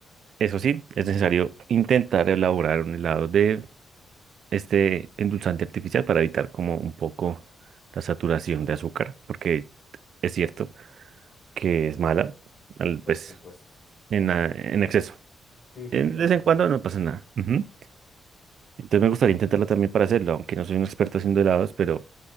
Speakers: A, on the right; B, on the left.
A: Eso sí, es necesario intentar elaborar un helado de este endulzante artificial para evitar como un poco la saturación de azúcar, porque es cierto que es mala, al-
B: por
A: pues
B: supuesto.
A: en,
B: Sí,
A: ah, en exceso.
B: sí, sí,
A: Eh,
B: sí,
A: De
B: no,
A: vez en
B: de acuerdo.
A: cuando no pasa nada. Ujú. Entonces me gustaría intentarlo también para hacerlo, aunque no soy un experto haciendo helados, pero